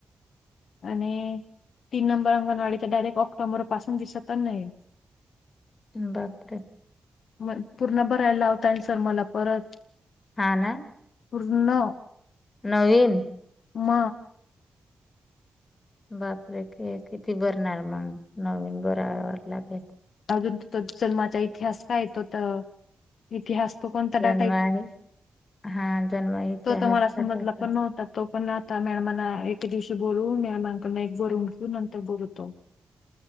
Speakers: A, on the left; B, on the left.
A: आणि तीन नंबर अंगणवाडीच डायरेक्ट ऑक्टोबर पासून दिसतच नाही.
B: बापरे!
A: मग पूर्ण भरायला लावतायना सर मला परत.
B: हा ना
A: पूर्ण
B: नवीन?
A: म.
B: बापरे ते किती भरणार मग. नवीन भराया वर लागेल.
A: जलमाचा इतिहास काय येतो तर इतिहास तो कोणता
B: जन्म
A: डाटा
B: हा जन्म इतिहास
A: तो त मला समजला
B: करायचा.
A: पण नव्हता तो पण आता मॅडमांना एके दिवशी बोलवून मॅडमांकडन एक बोलून घेऊ नंतर बोलतो.